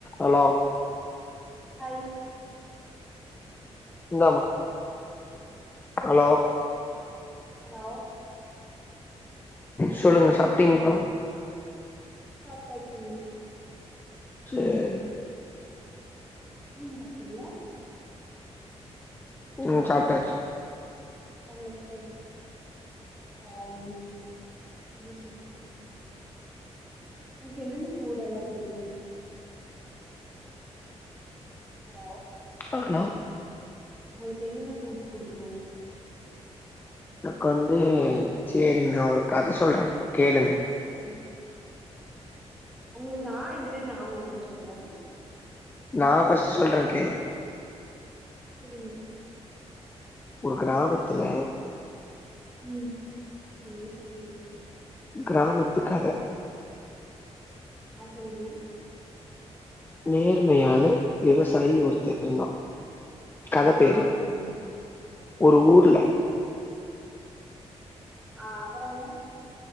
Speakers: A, on the left; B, in the centre.
A: Hello
B: hi
A: இந்தாமா hello
B: hello
A: சொல்லுங்க சாப்ட்டீங்ளோ
B: சாப்டாச்சுங்க
A: சேரி
B: நீங்க சாப்டீங்களா
A: ம் சாப்டாச்சு
B: அவளுக்கு அம் என்ன சொல்றது உனக்கு என்னென்ன பூ இதல்லா புடிக்கு ஹலோ
A: ஹலோ
B: உங்களுக்கு என்னென்ன பூட் புடிக்கு
A: னக்கு வந்து சேரிங்க நா ஒரு கத சொல்ற கேளுங்க
B: சொல்லுங் உங்களுக்கு நா இந்த டைம் நா உங்களுக்கு ஒன்னு சொல்ற
A: நான் ஃபர்ஸ்ட் சொல்ற கேள்
B: சொல்லு
A: ஒரு கிராமத்தல
B: ம் ஓகேவே சொல்லி
A: கிராமத்து கத
B: ஆ சொல்லுங்க
A: நேர்மையான விவசாயி ஒருத்த இருந்தா கதப் பேரு
B: ஆ ஓகேங்க
A: ஒரு ஊர்ல
B: ஆ அப்பறங்க